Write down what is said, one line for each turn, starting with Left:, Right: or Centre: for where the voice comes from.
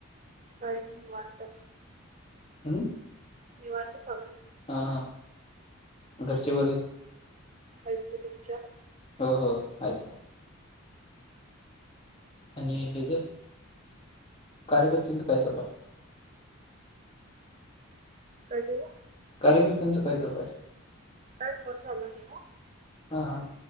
Right: काय नाही निवांत
Left: हम
Right: निवांत चालू आहे.
Left: हां हां घरचे बरे आहे?
Right: आहेत की तुमच्या?
Left: हो हो आहेत की. आणि हेच जर कार्यकर्तेचं काय चालू आहे.
Right: काय झालं.
Left: कार्यकर्त्यांच काय चालू आहे?
Right: काय फोन चालू आहे नव्ह.
Left: हा हा